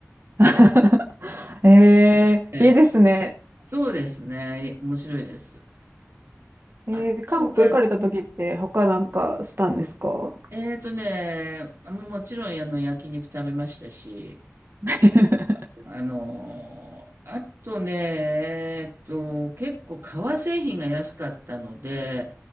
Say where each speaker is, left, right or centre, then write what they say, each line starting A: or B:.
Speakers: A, on the right; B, on the right.
A: <laughs> えー、
B: <laughs> ええ
A: いいですね。
B: そうですね。面白いです。
A: えー、
B: あと
A: 韓国行かれた時って他なんかしたんですか
B: は、えーとね、もうもちろんあの焼肉食べましたし、
A: <laughs>
B: あのーあとね、えっと、結構革製品が安かったので、